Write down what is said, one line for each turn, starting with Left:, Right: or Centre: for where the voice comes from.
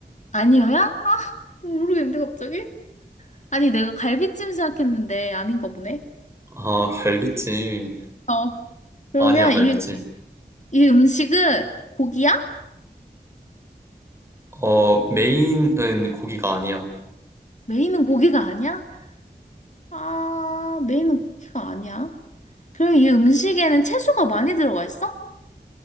Left: 아니요야? 아, 모르겠는데, 갑자기? 아니, 내가 갈비찜 생각했는데 아닌가 보네.
Right: 아, 갈비찜.
Left: 어. 그러면
Right: 아니야, 갈비찜.
Left: 이, 이 음식은 고기야?
Right: 어, 메인은 고기가 아니야.
Left: 메인은 고기가 아니야? 아, 메인은 고기가 아니야. 그럼 이 음식에는 채소가 많이 들어가 있어?